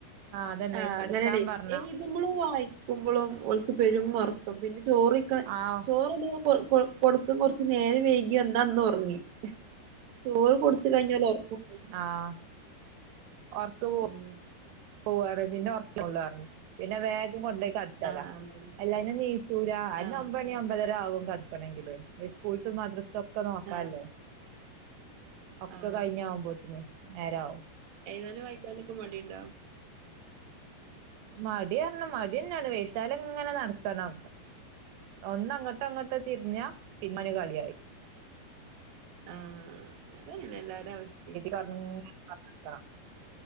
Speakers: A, on the right; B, on the right.
A: അതന്നെ
B: ആഹ്
A: കടക്കാൻ
B: അങ്ങനെണ്
A: പറഞ്ഞ
B: എയ് തുമ്പളും വായിക്കുമ്പോളും ഓല്ക്ക് പെരും ഒറക്കും പിന്നെ ചോറ് ചോറോയിക്കാൻ
A: ആഹ്
B: ചോറെന്തെങ്കിലും. കൊ കൊ കൊടുക്കും കൊറച്ച നേരം വൈകി വന്ന അന്ന് ഉറങ്ങി ചോറ് കൊടുത്ത് കഴിഞ്ഞാൽ ഒറക്കും.
A: ആഹ് <unintelligible>
B: ഉം
A: പോവാണ് പിന്നെ ഉറക്കള്ളു പിന്നെ വേഗം കൊണ്ട കട്
B: ആ
A: അല്ല
B: അതാണ്
A: അല്ലാന്നാ നീച്ചൂര അന്നെ
B: ആ
A: ഒമ്പണി അമ്പതര ആകും കട് ക്കണെങ്കില് ഈ സ്കൂള്ത്തും മദ്രസത്തൊക്കെ നോക്കാല്ലേ.
B: ആ
A: ഒക്കെ
B: ആ
A: കഴിഞ്ഞ ആഉമ്പോതിന് നേരവും.
B: ഏതാനും വായിക്കാനൊക്കെ മടിയുണ്ടോ
A: മടി പറണം മടിന്നെയാണ് വെയ്ത്താല എങ്ങനെ നടക്കണം ഒന്ന് അങ്ങോട്ടോ അങ്ങോട്ട് തിരിഞ്ഞ പിന്മാന കളിയായി
B: ആഹ് അതാണ് എല്ലാരും അവസ്ഥയും
A: പറഞ് നോക്കണം